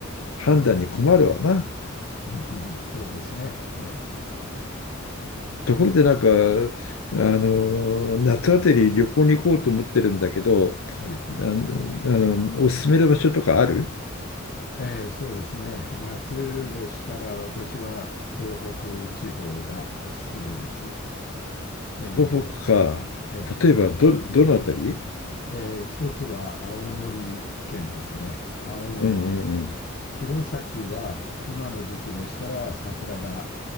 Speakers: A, on the left; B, on the left.
A: 判断に困るわな。
B: <laughs> うんうんそうですね。ええ、
A: ところでなんか、あの夏あたり旅行に行こうと思ってるんだけど、
B: はい。
A: あの、おすすめの場所とかある
B: ええ、そうですね。夏でしたら私は東北地方がおすすめです。え
A: 東北か。
B: え、え
A: 例えば、ど、どのあたり
B: え、ええ一つは青森県ですね。青森の
A: うんうんうん。
B: 弘前は今の時期でしたら桜が